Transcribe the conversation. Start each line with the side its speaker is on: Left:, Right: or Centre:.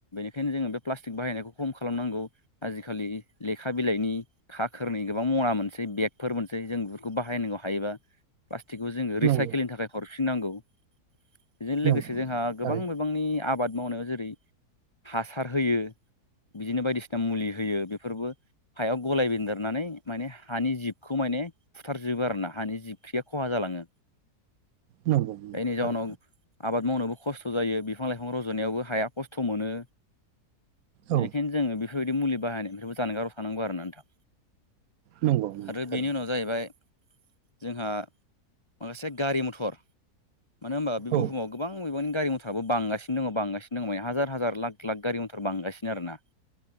Left: बेखायनो जोङो बे प्लास्टिक बाहायनायखौ खम खालामनांगौ आजिखालि लेखा बिलाइनि खाखोरननि गोबां मना मोनसै बेगफोर मोनसै जों बेफोरखौ बाहाय बाहायनांगौ हायोबा प्लास्टिकखौ जोङो रिसाइकेलनि
Right: नंगौ
Left: थाखाय हरफिननांगौ बेजों लोगोसे
Right: नंगौ
Left: जोंहा
Right: नंगौ
Left: गोबां
Right: थारै
Left: बिबांनि आबाद मावनायाव जेरै हासार होयो बिदिनो बायदिसिना मुलि होयो बेफोरबो हायाव गलाय बेन्देरनानै माने हानि जिबखौ माने फुथारजोब बो आरोना हानि जिबख्रिया खहा जालाङो
Right: नंगौ नंगौ
Left: जायनि
Right: थारै
Left: जााहोनाव आबाद मावनोबो खस्थ' जायो बिफां लाइफां रज'नायावबो हाया खस्थ' मोनो
Right: औ
Left: बेनिखायनो जो बिदि मुलि बाहायनाय बेबो जानगाराव थानांगौ आरोना नोंथां
Right: नंगौ नंगौ
Left: आरो
Right: थारै
Left: बेनि उनाव जाहैबाय जोंहा माखासे गारि मथर मानो होनबा बेुहुमाव
Right: औ
Left: गोबां मबानि गारि म मथराबो बांगासिनो दङ बांगासिनो दङ मान हाजार हाजार लाख लाख गारि मनथार बांगासिनो आरो ना